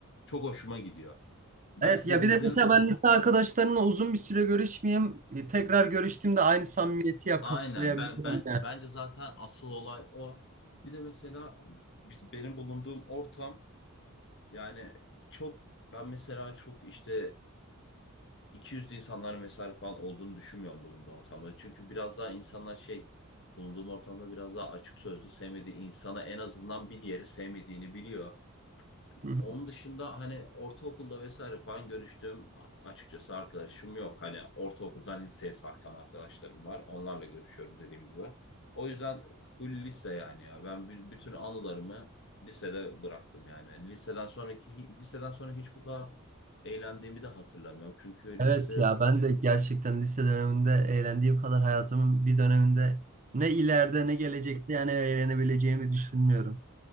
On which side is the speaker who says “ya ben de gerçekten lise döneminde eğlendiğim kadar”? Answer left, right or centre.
Right